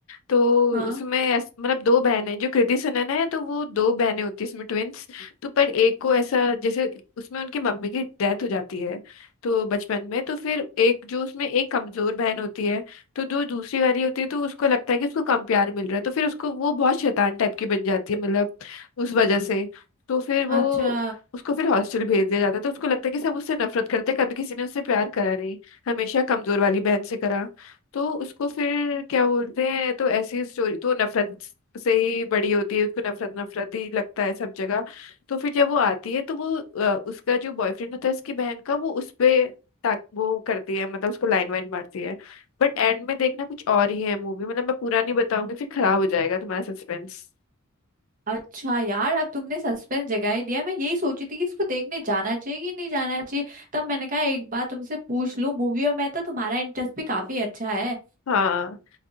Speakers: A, on the left (about 70°); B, on the right (about 40°).
A: तो
B: हाँ
A: उसमें ऐस- मतलब दो बहनें जो कृति सनन है तो वो दो बहनें होती है इसमें ट्विंस तो पर एक को ऐसा जैसे उसमें उनकी मम्मी की डेथ हो जाती है तो बचपन में तो फिर एक जो उसमें एक कमजोर बहन होती है तो जो दूसरी वाली होती है तो उसको लगता है कि उसको कम प्यार मिल रहा है तो फिर उसको वो बहुत शैतान टाइप की बन जाती है मतलब उस वजह से तो फिर वो
B: अच्छा
A: उसको फिर हॉस्टल भेज दिया जाता है तो उसको लगता है कि सब उससे नफरत करते हैं कभी किसी ने उससे प्यार करा नहीं हमेशा कमजोर वाली बहन से करा तो उसको फिर क्या बोलते हैं तो ऐसी स्टोरी तो नफरत से ही बड़ी होती है उसको नफरत नफरत ही लगता है सब जगह तो फिर जब वो आती है तो वो अ, उसका जो बॉयफ्रेंड होता है उसकी बहन का वो उस पे ताक वो करती है मतलब उसको लाइन वाइन मारती है बट एंड में देखना कुछ और ही है मूवी मतलब मैं पूरा नहीं बताऊंगी फिर खराब हो जाएगा तुम्हारा सस्पेंस
B: अच्छा यार अब तुमने सस्पेंस जगा ही दिया मैं यही सोची थी कि इसको देखने जाना चाहिए कि नहीं जाना चाहिए तब मैंने कहा एक बार तुमसे पूछ लूं मूवी और मैं तो तुम्हारा इंटरेस्ट भी काफी अच्छा है
A: हाँ